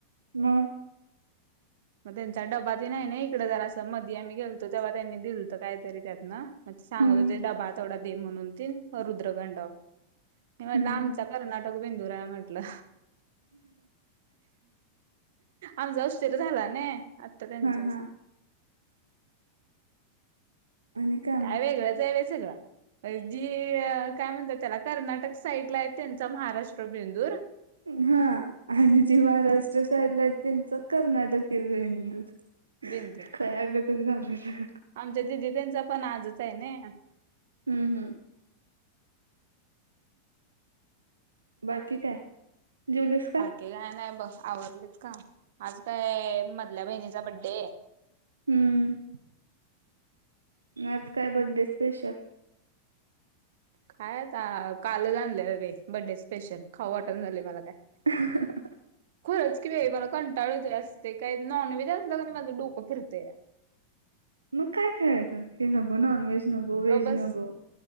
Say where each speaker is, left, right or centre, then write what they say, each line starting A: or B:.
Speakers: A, on the right; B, on the right.
A: मग.
B: म त्यांचा डबा तेन हाय नी इकडं जरासं मध्ये आम्ही गेलो त तेवा त्यांनी दिल त काय तरी त्यातन सांगत
A: हम्म
B: होते डबा तेवढा दे म्हणून तेन रुद्र गंड मी म्हणलं
A: हम्म
B: आमचा
A: हम्म
B: कर्नाटक बेंदूर हाय म्हंटलं. आमचा उशीर झाला ने आता त्यांचा
A: हा
B: असते.
A: हा आणि मग?
B: काय वेगळंच आहे रे सगळं. जी अ काय म्हणत्यात त्याला कर्नाटक साईडला आहे ते त्यांचा महाराष्ट्र बेंदूर.
A: हा आणि जे महाराष्ट्र साईडला आहे त्यांचा कर्नाटक हे बेंदूर ‌.
B: बेंदूर
A: <unintelligible>
B: आमच्या दीदी त्यांचा पण आजच आहे नय.
A: हम्म हम्म. बाकी काय जेवलीस का?
B: ते काय नाय बस आवरलेत काम आज काय मधल्या बहिणीचा बड्डे
A: हम्म. म आज काय बड्डे स्पेशल?
B: काय आता कालच आणलेलं बाई बड्डे स्पेशल खाऊ वाटना झालाय मला.
A: <unintelligible>
B: खरंच की रे मला कंटाळ येतोय असते काय नॉनव्हेज असला की माझं डोकं फिरते.
A: मग काय खायचं हे नको नॉन व्हेज नको व्हेज
B: गप बस
A: नको.